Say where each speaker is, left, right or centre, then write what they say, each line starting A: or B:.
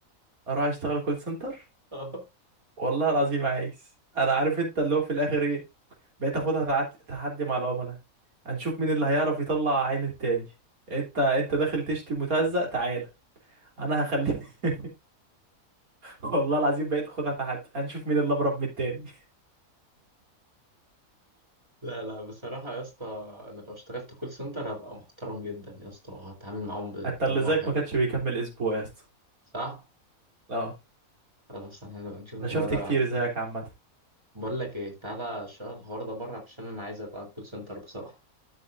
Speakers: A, on the right; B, on the right.
A: اروح اشتغل كول سنتر
B: <laughs> اه
A: والله العظيم عايز انا عارف انت اللي هو في الاخر ايه بقيت اخدها تعد- تحدي مع العملاء هنشوف مين اللي هيعرف يطلع عين التاني انت انت داخل تشتي متهزق تعال انا هخليه <laughs> والله العظيم بقيت اخدها تحدي هنشوف مين اللي ابرب من التاني
B: لا لا بصراحة يا اسطى أنا لو اشتغلت كول سنتر هبقى محترم جدا يا اسطى هتعامل معاهم بطريقة
A: انت اللي زيك
B: حلوة
A: ما كانش بيكمل اسبوع يا اسطى
B: صح؟
A: اه
B: خلاص احنا نبقى نشوف
A: انا
B: الحوار
A: شفت
B: ده
A: كتير
B: بعدين
A: زيك عامه
B: بقول لك ايه تعالى اشتغل الحوار ده بره عشان أنا عايز أبقى كول سنتر بصراحة